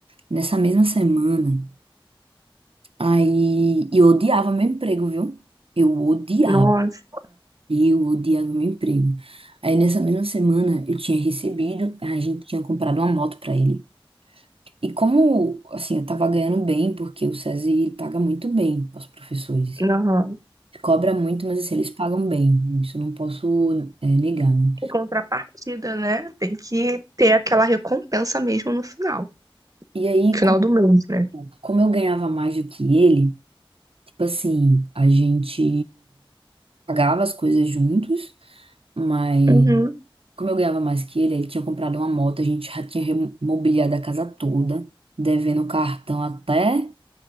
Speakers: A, on the right; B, on the right.
A: Nessa mesma semana, aí... E eu odiava meu emprego, viu? Eu odiava.
B: Nossa.
A: E eu odiava meu emprego. Aí nessa mesma semana eu tinha recebido, a gente tinha comprado uma moto pra ele. E como, assim, eu tava ganhando bem, porque o SESI ele paga muito bem aos professores.
B: Aham.
A: Cobra muito, mas assim, eles pagam bem. Isso eu não posso, é, negar, né?
B: Em contrapartida, né? Tem que ter aquela recompensa mesmo no final.
A: E aí,
B: Final
A: como,
B: do mês, né?
A: como eu ganhava mais do que ele, tipo assim, a gente pagava as coisas juntos, mas
B: Uhum.
A: Como eu ganhava mais que ele, ele tinha comprado uma moto, a gente já tinha mobiliado a casa toda, devendo cartão até.